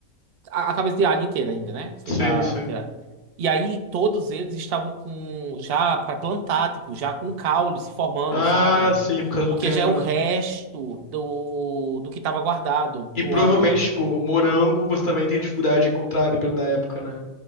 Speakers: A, on the right; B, on the left.
A: a, a cabeça de águia inteira ainda, né? Sem
B: Sim,
A: tá,
B: sim.
A: tirar. E aí todos eles estavam com já para plantar, tipo, já com caule se formando,
B: Ah,
A: sabe?
B: sim, por causa
A: Porque
B: do tempo,
A: já é o
B: né?
A: resto do, do que estava guardado
B: E
A: pro
B: provavelmente,
A: ano.
B: tipo, o morango você também tem dificuldade de encontrar, dependendo da época, né?